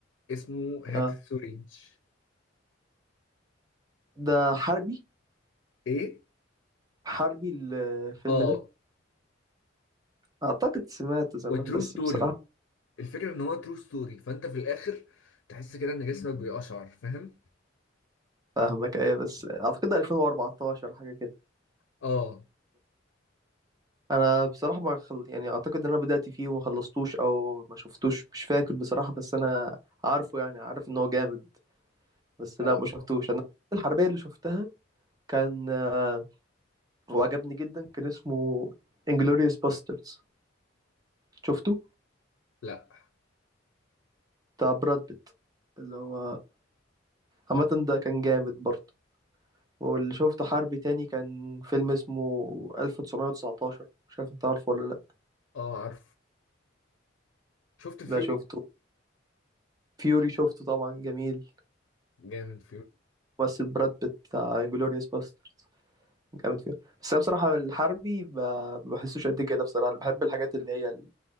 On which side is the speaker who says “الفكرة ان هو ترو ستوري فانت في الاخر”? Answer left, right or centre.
Left